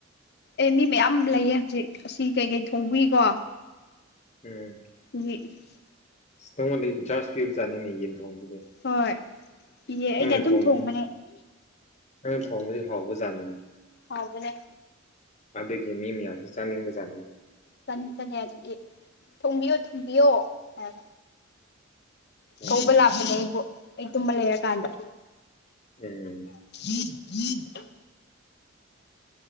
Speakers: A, on the left; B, on the left.
A: ꯑꯦ ꯃꯤ ꯃꯌꯥꯝ ꯂꯩꯌꯦ ꯍꯧꯖꯤꯛ ꯑꯁꯤ ꯀꯩꯀꯩ ꯊꯣꯡꯕꯒꯤꯀꯣ
B: ꯎꯝ
A: ꯍ <unintelligible>
B: ꯅꯪꯉꯣꯟꯗ ꯏꯟꯆꯥꯔꯖ ꯄꯤꯕꯖꯥꯅꯤꯅꯦ ꯌꯦꯟ ꯊꯣꯡꯕꯒꯤ
A: ꯍꯣꯏ ꯏꯌꯦ ꯑꯩꯅ
B: ꯅꯪꯅ
A: ꯑꯗꯨꯝ
B: ꯊꯣꯡꯕꯕꯁꯤ
A: ꯊꯣꯡꯕꯅꯦ
B: ꯅꯪꯅ ꯊꯣꯡꯕꯁꯤ ꯍꯥꯎꯕꯖꯥꯅꯤꯅꯦ
A: ꯍꯥꯎꯕꯅꯦ
B: ꯑꯗꯒꯤ ꯃꯤ ꯃꯌꯥꯝꯁꯨ ꯆꯥꯅꯤꯡꯕ ꯆꯥꯅꯤꯡꯕꯥꯖꯠꯅꯤꯅꯦ
A: ꯆꯟꯕꯅꯦ ꯑꯗꯨꯒꯤ ꯊꯣꯡꯕꯤꯌꯣ ꯊꯣꯡꯕꯤꯌꯣ ꯍꯥꯏ
B: ꯑꯣ
A: ꯀꯧꯕ ꯂꯥꯛꯄꯅꯦ ꯑꯩꯕꯨ ꯑꯩ ꯇꯨꯝꯕ ꯂꯩꯔꯀꯥꯟꯗ
B: ꯎꯝ
A: ꯍ ꯎꯝ <inaudible>